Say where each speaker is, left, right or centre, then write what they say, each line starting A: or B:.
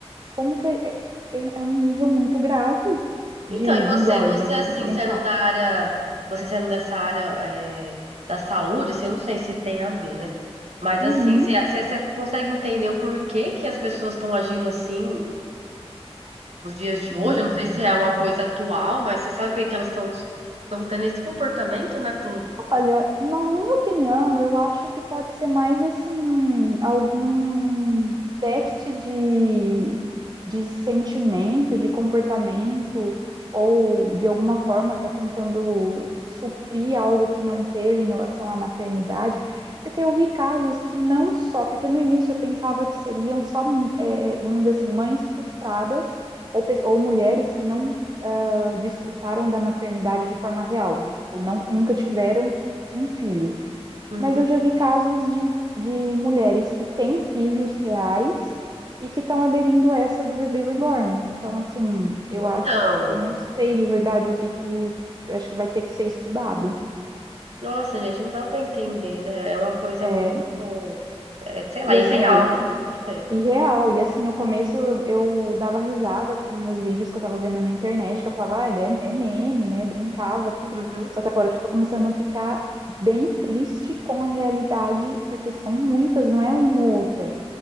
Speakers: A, on the right (about 40°); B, on the right (about 75°).
A: como que é, é, é um nível muito grave
B: Então,
A: de
B: e
A: desordem
B: você, você assim,
A: mental.
B: sendo da área, você sendo dessa área, é, da saúde, assim, eu não sei se tem a ver, né? Mas
A: Uhum.
B: assim, você você- você consegue entender o porquê que as pessoas estão agindo assim nos dias de hoje,
A: E,
B: eu não sei se é uma coisa atual, mas você sabe por que que elas estão estão tendo esse comportamento, né, com
A: Olha, na minha opinião, eu acho que pode ser mais assim, algum déficit de, de sentimento, de comportamento, ou de alguma forma tá tentando suprir algo que não teve em relação à maternidade. Porque eu vi casos que não só, porque no início eu pensava que seriam só, eh, vamos dizer assim, mães frustradas ou, pe- ou mulheres que não ah, desfrutaram da maternidade de forma real, de tipo, não, nunca tiveram um filho.
B: Uhum.
A: Mas eu já vi casos de, de mulheres que têm filhos reais e que estão aderindo a essa do bebê reborn. Então, assim, eu
B: Então,
A: acho, eu não sei de verdade o que que, eu acho que vai ter que ser estudado.
B: nossa, gente, não dá pra entender, né? É uma coisa
A: É,
B: muito, é, sei lá,
A: e
B: irreal,
A: assim, é-
B: não sei.
A: e real, e assim, no começo eu, eu dava risada com os vídeos que eu tava vendo na internet, que eu falava, ah, é, é meme, né? Brincava, tudo.
B: Uhum.
A: Só que agora eu já tô começando a ficar bem triste com a realidade, porque são muitas, não é uma ou outra.